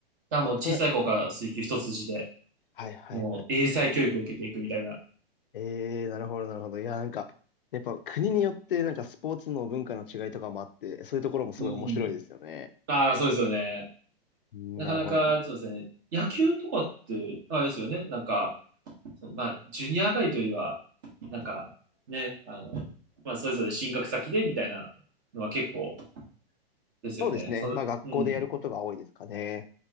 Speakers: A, on the right; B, on the left.
A: らもう小さい子から水球一筋で、
B: まあ、プロ、はいはいはい。
A: もう英才教育を受けていくみたいな。
B: ええなるほど、なるほど。いや、なんか、やっぱ国によって、なんかスポーツの文化の違いとかもあって、そういうところもすごい面白いですよね。
A: うん。ああ、そうですよね。
B: うん、
A: なかなか、
B: なるほど。
A: そうですね。野球とかって、あれですよね。なんか、そのまあ、ジュニア上がりというよりは、なんか、ね、あの、まあ、それぞれ進学先でみたいなのは結構ですよね。
B: そうですね。
A: その、
B: まあ、学校でやることが多いですかね。
A: うん。